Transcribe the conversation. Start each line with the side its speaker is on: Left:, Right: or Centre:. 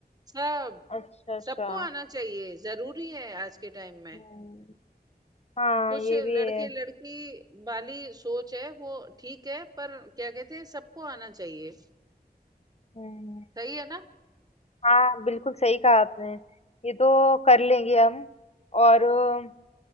Right: सब
Left: अच्छा अच्छा
Right: सबको आना चाहिए जरूरी है आज के टाइम में
Left: हम्म, हाँ
Right: कुछ
Left: ये
Right: लड़के
Left: भी है
Right: लड़की वाली सोच है वो ठीक है पर क्या कहते हैं सबको आना चाहिए
Left: हम्म,
Right: सही है ना
Left: हाँ बिल्कुल सही कहा आपने ये तो कर लेंगे हम और अ,